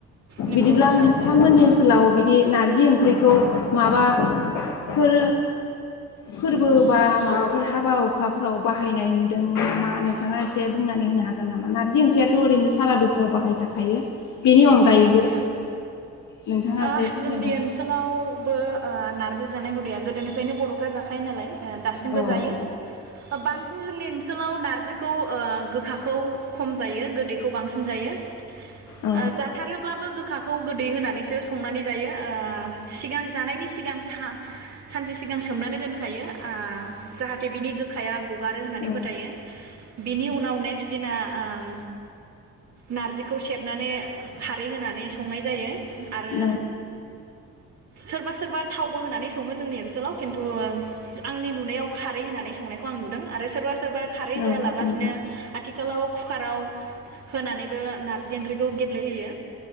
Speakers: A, on the right (about 60°); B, on the left (about 80°).
A: नंगौ
B: बिदिब्ला
A: नोंथां
B: नोंथामोन्नि ओनसोलाव बि बे नारजि ओंख्रिखौ माबा फोर फोरबो बा माबाफोर हाबा हुखाफोराव बाहायनाय नु दों नामा नोंथाङा एसे बुंनानै होनो हागोन नामा? नारजि ओंख्रियाथ ओरैनो सारादुफ्राव बाहायजाखायो। बेनि अनगायैबो
A: नंगौ नोंथां
B: नोंथाङा
A: ओ
B: एसे फोरमायना
A: जोंनि
B: हो।
A: ओनसोलावबो ओ नार रजि जानाय हुदाया गोदोनिफ्रायनो बरफ्रा जाखायो नाला दासिमबो
B: औ
A: जायो।
B: नंगौ
A: बां सिन जोंनि ओनसोलाव नारजिखौ ओ गोखाखौ खम जायो गोदैखौ बांसिन जायो।
B: औ
A: ओ जाथारोब्लाबो गो खाखौ गोदै होनानैसो संनानै जायो ओ सिगां जानायनि सिगां सा-सानसे सिगां सोमनानै मोनखायो ओ जाहाथे बिनि गोखाया गगारो होननानै
B: औ
A: फोथायो। बिनि उनाव नेक्ट दिना ओम नारजिखौ सेबनानै खारै होनानै संनाय जायो।
B: औ
A: आरो सोरबा सोरबा थावबो होनानै सङो जोंनि ओनसोलाव खिन्थु ओ आंनि नुनायाव खारै होनानै संनायखौ आं नुदों आरो सोरबा सोर सोरबा खारै होआलाबासिनो
B: औ नोंथां
A: आथिखाल खालाव कुखाराव होनानैबो नारजि ओंख्रिखौ गे ब्लेहोयो